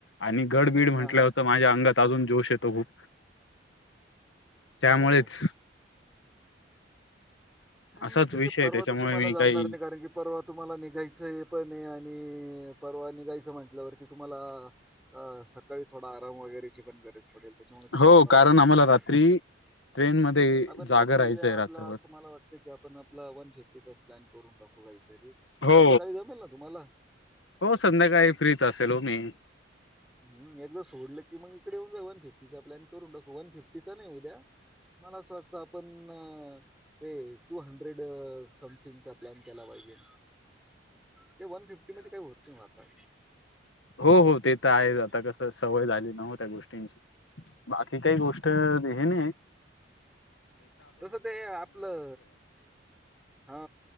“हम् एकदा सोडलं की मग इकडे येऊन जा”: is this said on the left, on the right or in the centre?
Centre